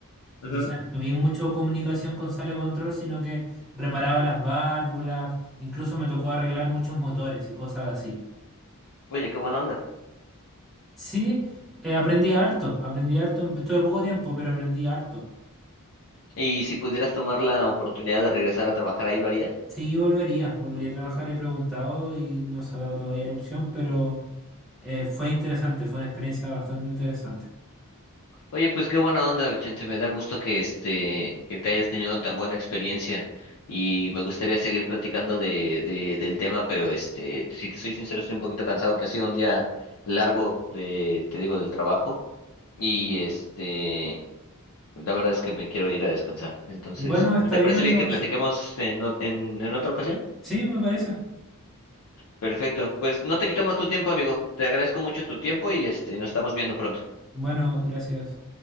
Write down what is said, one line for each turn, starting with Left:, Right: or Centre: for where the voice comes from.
Centre: Entonces
Left: Ujú.
Centre: no vi mucho comunicación con sala de control, sino que reparaba las válvulas, incluso me tocó arreglar muchos motores y cosas así.
Left: Oye, qué buena onda.
Centre: Sí, eh, aprendí harto, aprendí harto, em- estuve poco tiempo, pero aprendí harto.
Left: ¿Y si pudieras tomar la oportunidad de regresar a trabajar ahí, lo harías?
Centre: Sí, volvería, volvería a trabajar, he preguntado y no se ha dado todavía la opción, pero eh, fue interesante, fue una experiencia bastante interesante.
Left: Oye, pues qué buena onda, Vicente. Me da gusto que este, que te hayas tenido tan buena experiencia y me gustaría seguir platicando de, de, del tema, pero este, si te soy sincero, estoy un poquito cansado, que ha sido un día largo de, te digo, del trabajo y este, la verdad es que me quiero ir a descansar. Entonces,
Centre: Bueno, está
Left: ¿te
Centre: bien,
Left: parece
Centre: Aldo.
Left: bien que platiquemos en, ot- en, en otra ocasión?
Centre: Sí, me parece.
Left: Perfecto. Pues no te quito más tu tiempo, amigo. Te agradezco mucho tu tiempo y este, nos estamos viendo pronto.
Centre: Bueno, gracias.